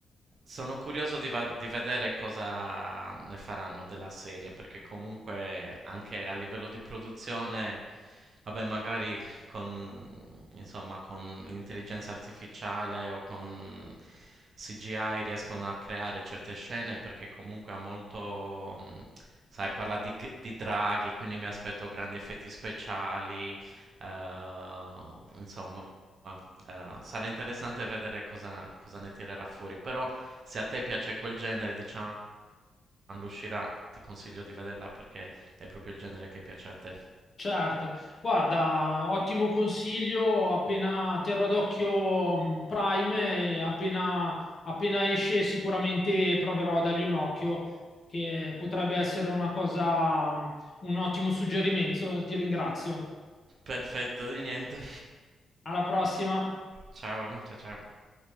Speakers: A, on the right; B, on the left.
A: Sono curioso di, va- di vedere cosa ne faranno della serie, perché comunque anche a livello di produzione, vabbè, magari con, insomma, con l'intelligenza artificiale o con CGI riescono a creare certe scene perché comunque ha molto, mh, sai, parla di, g- di draghi, quindi mi aspetto grandi effetti speciali, eh, insomma. eh, sarà interessante vedere cosa, cosa ne tirerà fuori, però se a te piace quel genere, diciamo, quando uscirà ti consiglio di vederla perché è proprio il genere che piace a te.
B: Certo, guarda, ottimo consiglio, appena terrò d'occhio mh, Prime e appena, appena esce sicuramente proverò a dargli un occhio, che potrebbe essere una cosa, mh, un ottimo suggerimento. Ti ringrazio.
A: Perfetto, di niente.
B: Alla prossima.
A: Ciao, ciao, ciao.